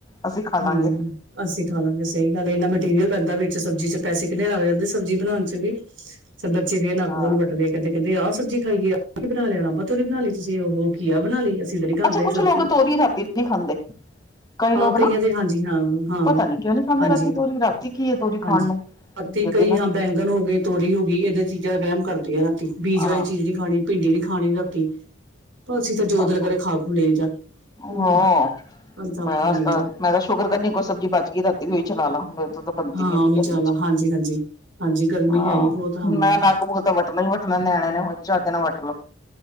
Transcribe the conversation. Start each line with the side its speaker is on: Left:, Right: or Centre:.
Left: ਅਸੀਂ ਖਾ ਲਾਂਗੇ
Right: ਹਾਂ ਅਸੀਂ ਖਾ ਲਾਂਗੇ ਸਹੀ ਗੱਲ ਏ। ਇੰਨਾ ਮਟੀਰੀਅਲ ਪੈਂਦਾ ਵਿੱਚ ਸਬਜ਼ੀ ਚ। ਪੈਸੇ ਕਿੰਨੇ ਲੱਗ ਜਾਂਦੇ ਸਬਜ਼ੀ ਬਣਾਉਣ ਚ ਵੀ। ਚ ਬੱਚੇ ਫੇਰ ਨੱਕ
Left: ਹਾਂ
Right: ਬੋਲ ਵੱਟਦੇ ਕਹਿੰਦੇ, ਕਹਿੰਦੇ ਆ ਸਬਜ਼ੀ ਖਾਈ ਆ <inaudible> ਬਣਾ ਲੈਣਾ ਥ ਤੋਰੀ ਬਣਾ ਲਈ ਤੁਸੀਂ, ਓਹੋ। ਘੀਆ ਬਣਾ ਲਈ। ਅਸੀਂ ਤਾਂ ਨਹੀਂ ਖਾਂਦੇ
Left: ਅੱਛਾ ਕੁਛ
Right: ਏਹ ਸਬਜ਼ੀ।
Left: ਲੋਕ ਤੋਰੀ ਰਾਤੀ ਨਹੀਂ ਖਾਂਦੇ ਕਈ
Right: ਹਾਂ
Left: ਲੋਕ
Right: ਕਈਆਂ
Left: ਨਾ
Right: ਦੇ ਹਾਂਜੀ ਹਾਂ ਹਾਂ
Left: ਪਤਾ ਨੀ ਕਿਉਂ ਨੀ ਖਾਂਦੇ
Right: ਹਾਂਜੀ
Left: ਰਾਤੀ ਤੋਰੀ ਰਾਤੀ ਕੀ ਹੈ ਤੋਰੀ ਖਾਣ
Right: ਹਾਂਜੀ
Left: ਨੂੰ
Right: ਰਾਤੀ
Left: ਜਦੀ
Right: ਕਈ
Left: ਨਾ
Right: ਆ ਬੈਂਗਨ ਹੋ ਗਏ ਤੋਰੀ ਹੋ ਗਈ ਇਹਦੇ ਚੀਜ਼ਾਂ ਦਾ ਵਹਿਮ ਕਰਦੇ ਆ ਰਾਤੀ ਬੀਜ ਵਾਲੀ
Left: ਆਹ
Right: ਚੀਜ਼ ਨਹੀਂ ਖਾਣੀ ਭਿੰਡੀ ਜਿਹੜੀ ਖਾਣੀ ਨਾ ਪਰ ਅਸੀਂ ਤਾਂ ਜੋ
Left: ਪਤਾ
Right: ਦਿਲ ਕਰੇ ਖਾ ਖੂ ਲਈ ਦਾ ਹਮ
Left: ਹੋ
Right: ਅ ਤਾਂ
Left: ਮੈਂ
Right: ਖਾ ਲਈਦਾ
Left: ਤਾਂ ਸ਼ੁਕਰ ਕਰਨੀ ਕੋਈ ਸਬਜ਼ੀ ਬਚ ਗਈ ਰਾਤੀ ਉਹੀ ਚਲਾ ਲਾ। ਮੇਰੇ ਤੋਂ ਤਾਂ ਬਣਦੀ
Right: ਹਾਂ
Left: ਨੀ ਐੱਡੀ
Right: ਉਹੀ
Left: ਗਰਮੀ
Right: ਚਾਲ
Left: ਚ।
Right: ਆ ਹਾਂਜੀ ਹਾਂਜੀ ਹਾਂਜੀ ਗਰਮੀ
Left: ਆਹ
Right: ਹੈ ਹੀ ਬਹੁਤ ਹਾਂ
Left: ਮੈਂ ਨੱਕ ਮੂੰਹ ਤਾਂ ਵੱਟਣਾ ਹੀ ਵੱਟਣਾ ਨਿਆਣਿਆਂ ਨੇ ਚੱਜ ਨਾਲ ਵੱਟ ਲ